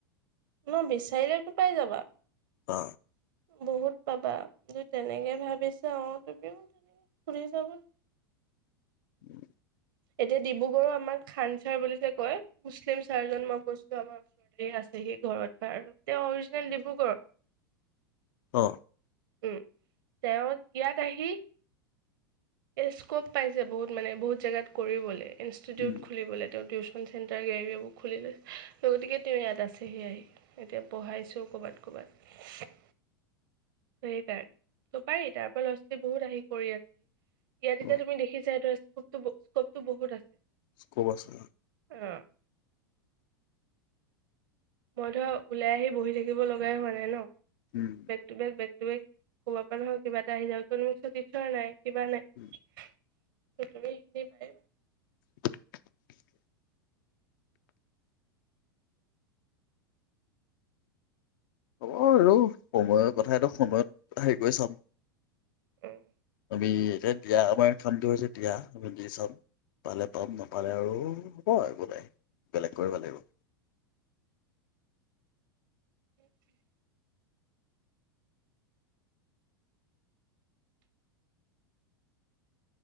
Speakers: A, on the right (about 65°); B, on the left (about 60°).
A: ন বিচাৰিলে কি পাই যাবা
B: অ
A: বহুত পাবা তেনেকে ভাবিছা অ তুমিও তেনেকে ফুৰিছা বুলি
B: উম
A: এতিয়া ডিব্ৰুগড়ো আমাক খান ছাৰ বুলি যে কয় মুছলিম ছাৰজন মই কৈছিলো আমাৰ ওচৰতে আছেহি ঘৰত বা আৰু এ অৰিজিনেল ডিব্ৰুগড়
B: অ
A: উম তেওঁ ইয়াত আহি স্কপ পাইছে বহুত মানে বহুত জেগাত কৰিবলৈ ইনষ্টিটিউট
B: উম
A: খুলিবলৈ তেওঁ উ ন চেণ্টাৰ গেলেৰিবোৰ খুলিলো গতিকে তেওঁ ইয়াত আছেহি আহি এতিয়া পঢ়াইছোঁ ক'বাত ক'বাত সেই তাত ত পাৰি তাৰ পৰা ল'ৰা ছোৱালী বহুত আহি কৰি আছেহি ইয়াত
B: অ
A: এতিয়া তুমি দেখিছা এইটো স্কোপ স্কোপ টো বহুত আছে
B: স্কোপ আছে
A: অ মই ধৰা ওলাই আহি বহি থাকিব লগাই হোৱা নাই ন
B: উম
A: বেক টু বেক বেক ত ক'ব পাৰা নহয় কিবা এটা আহি যাব কোনোছোৱা নাই কিবা নাই
B: উম।
A: ত তখিনি পাই
B: <inaudible> হ'ব আৰু সময়ৰ কথাটো সময়ত হেৰি কৰি চাম
A: উম
B: আমি এতিয়া দিয়া আমাৰ কামটো হৈছে দিয়া আমি দি চাম পালে পাম নাপালে আৰু হ'ব একো নাই বেলেগ কৰিব লাগিব
A: এেইকে <inaudible>